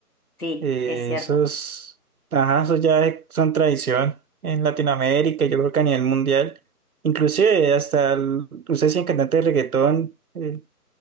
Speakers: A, on the left; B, on the right.
A: Sí,
B: eh,
A: es cierto.
B: esos, ajá, esos ya son tradición en Latinoamérica, yo creo que a nivel mundial, inclusive hasta, el- ustedes tienen cantantes de reggaetón eh,